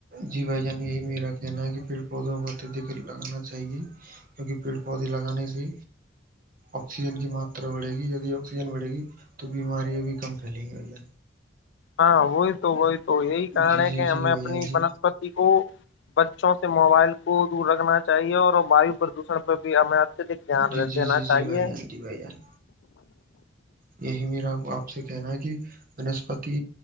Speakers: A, on the right; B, on the left.
A: جی بھائی جان یہی میرا کہنا ہے کہ پیڑ پودوں کاتے د لگانا چاہیے کیونکہ پیڑ پودے لگانے سے آکسیجن کی ماترا بڑھے گی ی آکسیجن بڑھے گی تو بیماریاں بھی کم پھیلیں گی بے
B: ہاں ہوئی تو ہو تو یہ کرارنے
A: جی جی
B: کہ ایں
A: جی بھائی
B: اپنی
A: جان جی
B: بنا کو بچوں سے موبائل کو دور رکھنا چاہیے اور واو پر دش پہ بھی ہمیں اتدک دھیان
A: جی جی
B: دینا
A: جی
B: چاہیے
A: جی بھائی جان جی بھائی جان یہی میرا آپ سے کہنا ہے کہ بنسپتی